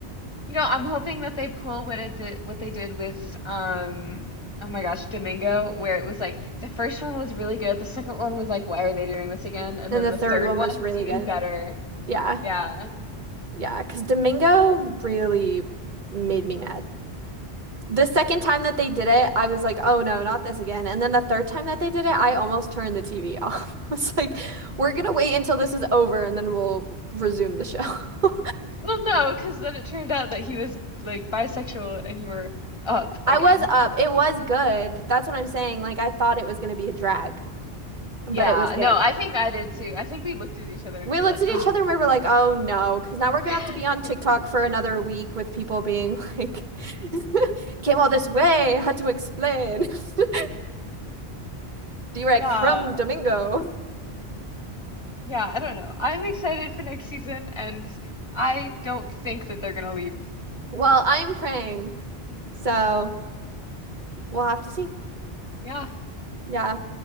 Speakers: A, on the left; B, on the right.
A: You know, I'm hoping that they pull what it did, what they did with um oh my gosh, Domingo, where it was like the first one was really good, the second one was like, why are they doing this again? And
B: And
A: then
B: the
A: the
B: third
A: third
B: one
A: one
B: was
A: was
B: really
A: even
B: good.
A: better.
B: Yeah.
A: Yeah.
B: Yeah, 'cause Domingo really made me mad. The second time that they did it, I was like, oh no, not this again. And then the third time that they did it, I almost turned the TV off. <laughs> I was like, we're gonna wait until this is over and then we'll resume the show. <laughs>
A: Well, no, because then it turned out that he was like bisexual and you were up
B: I
A: again.
B: was up. It was good. That's what I'm saying. Like, I thought it was gonna be a drag, but
A: Yeah,
B: it was good.
A: no, I think I did too. I think we looked at each other and
B: We
A: we were
B: looked
A: like,
B: at each
A: ah.
B: other and we were like, oh no, because now we're gonna
A: <laughs>
B: have to be on TikTok for another week with people being like, <laughs> came all this way, had to explain. <laughs> Direct
A: Yeah.
B: from Domingo.
A: Yeah, I don't know. I'm excited for next season and I don't think that they're gonna leave
B: Well, I'm praying, so we'll have to see.
A: Yeah,
B: Yeah.